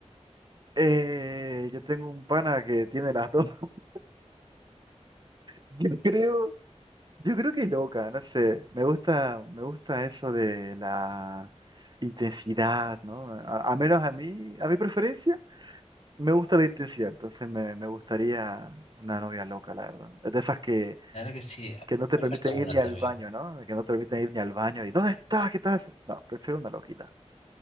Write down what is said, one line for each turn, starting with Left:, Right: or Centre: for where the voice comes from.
Right: Eh, yo tengo un pana que tiene las dos. <laughs> Yo creo. Yo creo que loca, no sé, me gusta, me gusta eso de la intensidad, ¿no? A, a menos a mí, a mi preferencia, me gusta la intensidad, entonces me, me gustaría una novia loca, la verdad. Es De esas que,
Left: Claro que sí,
Right: que no te
Left: me
Right: permiten
Left: falta una
Right: ir ni al
Left: también.
Right: baño, ¿no? Que no te permiten ir ni al baño y ¿dónde estás? ¿Qué estás haciendo? No, prefiero una loquita.